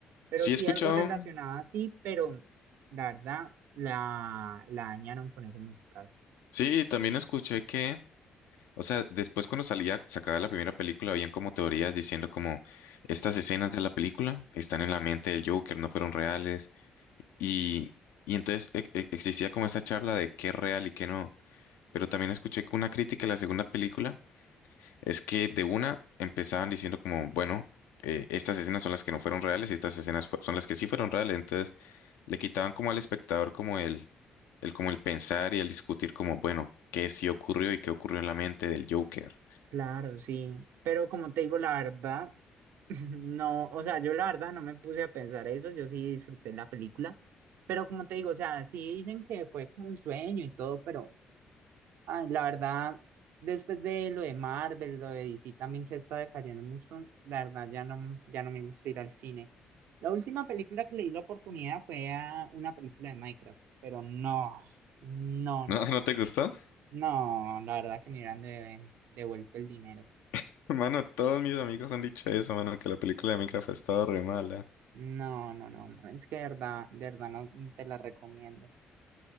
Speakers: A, on the right; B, on the left.
A: Pero
B: Sí
A: sí
B: he escuchado.
A: algo relacionado así, pero la verdad la, la dañaron con ese musical.
B: Sí, también escuché que, o sea, después cuando salía, sacaba la primera película, habían como teorías diciendo como estas escenas de la película están en la mente del Joker, no fueron reales. Y, y entonces e- e- existía como esa charla de qué es real y qué no. Pero también escuché que una crítica de la segunda película es que de una empezaban diciendo como, bueno, eh, estas escenas son las que no fueron reales y estas escenas fu- son las que sí fueron reales. Entonces le quitaban como al espectador como el, el como el pensar y el discutir como, bueno, qué sí ocurrió y qué ocurrió en la mente del Joker.
A: Claro, sí. Pero como te digo, la verdad. No, o sea, yo la verdad no me puse a pensar eso, yo sí disfruté la película, pero como te digo, o sea, sí dicen que fue como un sueño y todo, pero ay, la verdad, después de lo de Marvel lo de DC también que está decayendo mucho, la verdad ya no, ya no me gusta ir al cine. La última película que le di la oportunidad fue a una película de Minecraft, pero no, no,
B: <laughs> ¿No,
A: no, no,
B: no
A: no,
B: te gustó?
A: no, la verdad que me hubieran de- devuelto el dinero.
B: <laughs> Mano, todos mis amigos han dicho eso, mano, que la película de Minecraft ha estado re mala.
A: No, no, no, no. Es que de verdad, de verdad, no no te la recomiendo.